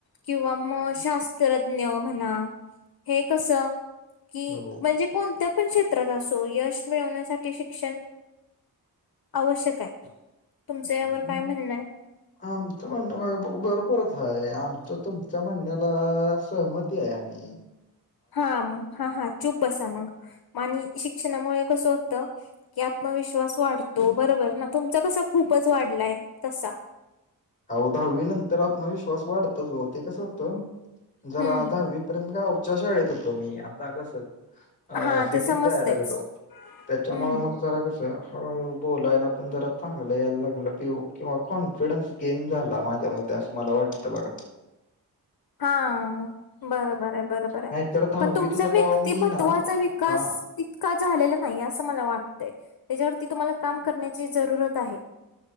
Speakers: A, on the left; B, on the left.
A: किंवा म शात्रज्ञ म्हणा हे कस की
B: हो
A: म्हणजे. कोणत्या पण क्षेत्रात असो यश मिळवण्यासाठी शिक्षण आवश्यक आहे. तुमचं यावर
B: हम्म,
A: काय म्हणणं आहे
B: आमचं म्हणणं बघा भरपूरच आहे आमचं तुमच्या म्हणण्याला सहमती आहे आम्ही. हम
A: हा मग हा हा चूप बसा मग आणि शिक्षणामुळे कसं होतं. की आत्मविश्वास वाढतो बरोबर ना तुमचा कसा खूपच वाढलाय तसा.
B: अव दहावी नंतर आत्मविश्वास वाढतच होते कसं होत जरा
A: हम्म
B: दहावी. पर्यंत ग वच्याशा वळेत होतो मी आता कसं. अ
A: हा
B: सिटीत
A: ते समजतयच
B: जाय लागलो त्याच्यामु
A: हम्म
B: मग. जरा कसं हळूहळू बोलायला पण जरा चांगलं यायला लागेलं किंवा कॉन्फिडन्स. गेन झाला माझ्या म असं मला वाटतं बघा.
A: हा बरोबर आहे. बरोबर आहे
B: नाहीतर दहावीत
A: पण तुमचा
B: होतो
A: व्यक्तिमत्वाचा
B: तेव्हा मी ना
A: विकास.
B: अ
A: तितका झालेला नाही असं मला वाटतंय त्याच्यावरती तुम्हाला काम करण्याची जरूरत आहे.